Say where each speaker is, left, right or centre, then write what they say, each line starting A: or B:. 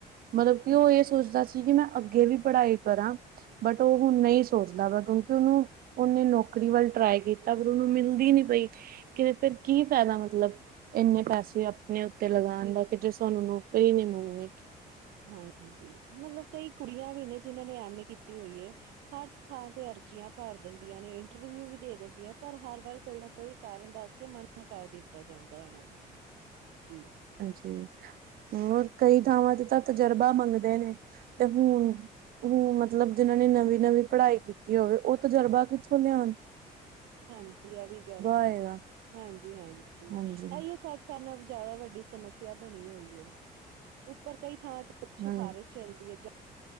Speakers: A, on the right; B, on the right.
A: ਮਤਲਬ
B: ਅੱਛਾ
A: ਕੀ
B: ਜੀ,
A: ਓ ਏ ਸੋਚਦਾ ਸੀ ਕੀ ਮੈਂ ਅੱਗੇ ਵੀ ਪੜ੍ਹਾਈ ਕਰਾਂ ਬਟ ਓ ਹੁਣ ਨਹੀਂ ਸੋਚਦਾ ਵਾ ਕਿਉਂਕੀ ਉਨੂੰ ਉਨੇ ਨੌਕਰੀ ਵੱਲ ਟਰਾਈ ਕੀਤਾ ਪਰ ਉਨੂੰ ਮਿਲਦੀ ਨੀ ਪਈ ਕਿਤੇ ਫਿਰ ਕੀ ਫੈਦਾ ਮਤਲਬ ਇੰਨੇ ਪੈਸੇ ਆਪਣੇ ਤੇ ਲਗਾਣ
B: ਜੀ
A: ਦਾ ਕੀ ਜੇ ਸਾਨੂੰ ਨੌਕਰੀ ਨੀ ਮਿਲਣੀ।
B: ਹਾਂਜੀ ਮਤਲਬ ਕਈ ਕੁੜੀਆਂ ਵੀ ਨੇ ਜਿਨਾਂ ਨੇ ਐਮ ਏ ਕੀਤੀ ਹੋਈ ਏ ਹਰ ਥਾਂ ਤੇ ਅਰਜ਼ੀਆਂ ਭਰ ਦਿੰਦੀਆਂ ਨੇ ਇੰਟਰਵਿਊ ਵੀ ਦੇ ਦਿੰਦੀਆਂ ਪਰ ਹਰ ਵਾਰ ਕੋਈ ਨਾ ਕੋਈ ਕਾਰਨ ਦੱਸ ਕੇ ਮਨਾ ਕਰ ਦਿੱਤਾ ਜਾਂਦਾ ਉਨਾਂ ਨੂੰ ਜੀ।
A: ਹਾਂਜੀ ਹੋਰ ਕਈ ਥਾਵਾਂ ਤੇ ਤਾਂ ਤਜਰਬਾ ਮੰਗਦੇ ਨੇ ਤੇ ਹੁਣ ਹੂੰ ਮਤਲਬ ਜਿਨਾਂ ਨੇ ਨਵੀਂ-ਨਵੀਂ ਪੜ੍ਹਾਈ ਕੀਤੀ ਹੋਵੇ ਓ ਤਜਰਬਾ ਕਿੱਥੋਂ ਲਿਆਓਣ
B: ਹਾਂਜੀ ਐ ਵੀ ਗੱਲ
A: ਆਏਗਾ
B: ਐ ਹਾਂਜੀ-ਹਾਂਜੀ
A: ਹਾਂਜੀ
B: ਐਈਓ ਸਭ ਸਾਨੂੰ ਬ ਜਾਦਾ ਵੱਡੀ ਸਮੱਸਿਆ ਬਣੀ ਹੋਈ ਐ ਉੱਪਰ ਕਈ ਥਾਵਾਂ ਤੇ ਸਿਫਾਰਸ਼
A: ਹਾਂਜੀ
B: ਚੱਲਦੀ ਐ ਜਾ